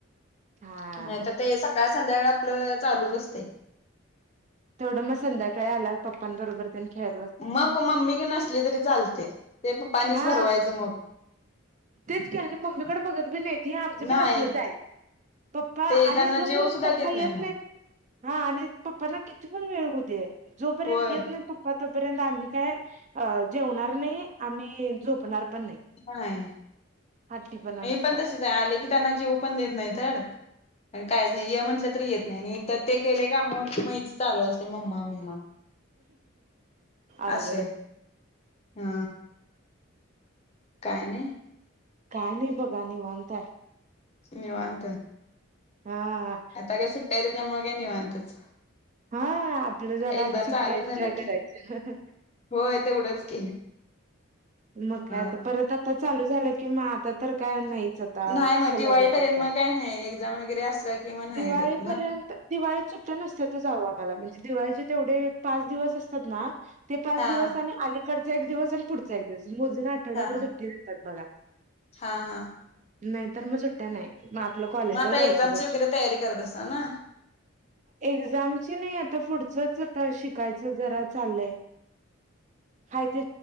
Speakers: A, on the right; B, on the left.
A: हा
B: नाही तर ते सकाळ संध्याकाळ आपलं चालूच असते
A: तेथोडं मग संध्याकाळी आला पप्पांबरोबर खेळ
B: मग मम्मी क नसली तरी चालते ते पप्पानेच
A: हा
B: भरवायचं मग
A: तेच की आणि मम्मीकडे बघत बी नाही हे आमचं बी
B: नाही
A: तसलंच आहे पप्पा
B: ते
A: आणि
B: त्यांना
A: जोपर्यंत
B: जेव सुद्धा
A: पप्पा
B: देत
A: येत
B: मग
A: नाही हा आणि पप्पना किती पण वेळ होऊ दे जोपर्यंत
B: होय
A: येत नाही तो तोपर्यंत आम्ही काय अ जेवणार नाही आम्ही झोपणार पण नाही
B: नाही
A: हट्टीपणा
B: हे
A: नुसता
B: पण तसेच आले की त्यांना जेव पण देत नाही तर आणि काहीच नाही य म्हटलं तर येत नाही आणि तर ते गेले कामावरती महीच चालू असते मम्मा मम्मा
A: आवघड
B: असंय हा काय नाही
A: काणी बघा नि वाताय
B: नि वाता
A: हा
B: आता काय सुट्टय त्याच्यामुळे काय नाही म्हनतच
A: हा आपलं जरा
B: एकदा
A: सुट्ट्या
B: चालू
A: एन्जॉय
B: झालं की
A: करायचं
B: होय तेवढंच की
A: मग
B: हा
A: कायता परत आता चालू झालं कि म आता तर काय नाहीच
B: नाही मग
A: सलगच
B: दिवाळीपर्यंत
A: होता
B: मग काही नाही एक्झाम वगैरे असला कि मग नाही
A: दिवाळीपर्यंत
B: होत ना
A: दिवाळी सुट्ट्या नसत्याचवं आ मला म्हणजे दिवाळीचे तेवढे एक पाच दिवस असतात ना ते पाच
B: हा
A: दिवस आणि अलीकडचा एक दिवस आणि पुढचा एक दिवस मोजून आठवड्याभर
B: हा
A: सुट्टी जातात बघा
B: हा हा
A: नाही तरर मग सुट्ट्या नाही मग आपलं कॉलेजला
B: मग आता
A: जायचं
B: एक्झामची
A: कब्जी
B: वगैरे तयारी करत असाल ना
A: एक्झामची नाही आता पुढचच आता शिकायचं जरा चाललंय खा ते